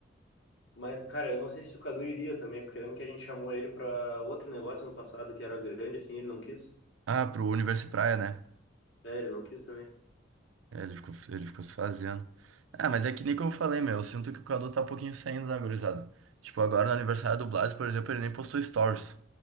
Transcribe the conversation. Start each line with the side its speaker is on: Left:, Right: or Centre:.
Left: Mas, cara, eu não sei se o Cadu iria também, porque lembra que a gente chamou ele pra outro negócio no passado que era grande, assim, ele não quis.
Right: Ah, pro Universo e Praia, né?
Left: É, ele não quis também.
Right: É, Ele ficou, ele ficou se fazendo. Ah, mas é que nem como eu falei, meu. Eu sinto que o Cadu tá um pouquinho saindo da gurizada. Tipo, agora no aniversário do Blas, por exemplo, ele nem postou stories.